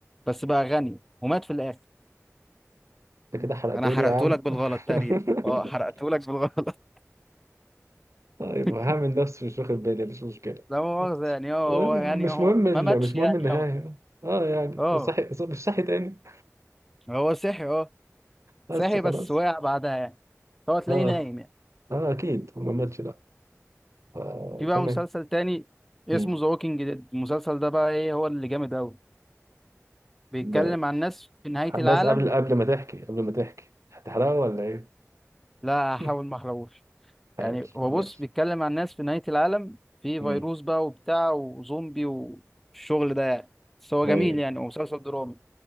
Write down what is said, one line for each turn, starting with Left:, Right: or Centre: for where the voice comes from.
Centre: بس بقى غني ومات في الاخر
Right: انت كده حرقتولي
Centre: انا حرقته
Right: يا عم
Centre: لك بالغلط
Right: <laughs>
Centre: تقريبا اه حرقته لك بالغلط
Right: طيب
Centre: <laughs>
Right: هعمل نفسي مش واخد بالي مش مشكلة
Centre: لا مؤاخذة يعني اه
Right: المهم
Centre: هو
Right: يا
Centre: يعني
Right: عم، مش
Centre: هو
Right: مهم ال...
Centre: ما ماتش
Right: مش مهم
Centre: يعني
Right: النهاية
Centre: أوي
Right: اه يعني
Centre: اه
Right: صحي ص- مش صحي تاني
Centre: هو صحي اه
Right: بس
Centre: صحي
Right: خلاص
Centre: بس وقع بعدها يعني هو تلاقيه
Right: اه
Centre: نايم يعني
Right: اه اكيد ما ماتش لا آه
Centre: في بقى
Right: تمام
Centre: مسلسل تاني اسمه
Right: مم.
Centre: ذا ووكينج ديد المسلسل ده بقى ايه هو اللي جامد أوي بيتكلم
Right: ب...
Centre: عن ناس في نهاية العالم
Right: بس قبل قبل ما تحكي قبل ما تحكي هتحرقه ولا ايه؟
Centre: لا هحاول
Right: <laughs>
Centre: ما احرقوش
Right: حاول
Centre: يعني هو
Right: ماشي
Centre: بص بيتكلم عن ناس في نهاية العالم في
Right: مم.
Centre: فيروس بقى وبتاع وزومبي والشغل ده يعني بس هو
Right: ايوه
Centre: جميل يعني ومسلسل درامي